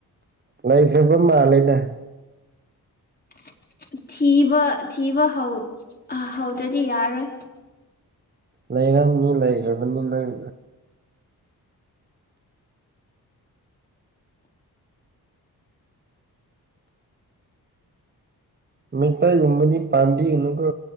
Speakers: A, on the right; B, on the left.
A: ꯂꯩꯈ꯭ꯔꯕ ꯃꯥꯜꯂꯦꯅꯦ
B: <inaudible> ꯊꯤꯕ ꯊꯤꯕ ꯍꯧꯗ꯭ꯔꯗꯤ ꯌꯥꯔꯣꯏ
A: ꯂꯩꯔꯝꯃꯤ ꯂꯩꯈ꯭ꯔꯕꯅꯤ ꯅꯪ ꯃꯩꯇꯩꯒꯨꯝꯕꯗꯤ ꯄꯥꯝꯕꯤꯒꯅꯨꯀꯣ